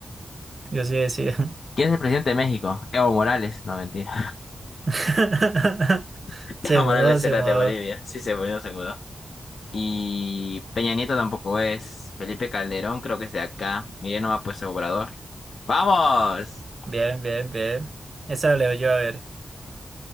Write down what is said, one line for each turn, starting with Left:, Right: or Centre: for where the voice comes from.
Right: Yo sí decía.
Left: ¿Quién es el presidente de México? Evo Morales. No, mentira.
Right: <laughs>
Left: <laughs> Evo
Right: Se mudó,
Left: Morales
Right: se
Left: era
Right: mudó.
Left: de Bolivia. Sí, se mudó, se mudó. Y Peña Nieto tampoco es. Felipe Calderón creo que es de acá. Mire nomás pues Obrador. ¡Vamos!
Right: Bien, bien, bien. Esa la leo yo a ver.